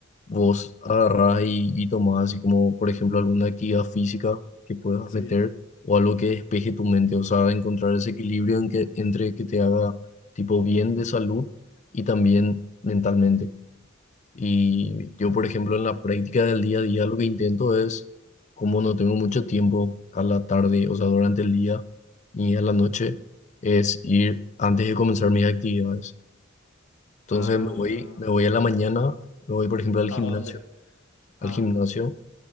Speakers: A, on the left; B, on the left.
A: vos agarrás y, y tomás, así como, por ejemplo, alguna actividad física que puedas
B: Sí.
A: meter o algo que despeje tu mente, o sea, encontrar ese equilibrio en que, entre que te haga tipo bien de salud y también mentalmente. Y yo, por ejemplo, en la práctica del día a día, lo que intento es, como no tengo mucho tiempo a la tarde, o sea, durante el día ni a la noche, es ir antes de comenzar mis actividades. Entonces
B: Ah,
A: me voy, me voy a la mañana, me voy, por ejemplo, al
B: ¿a
A: gimnasio,
B: dónde? Ah,
A: al gimnasio,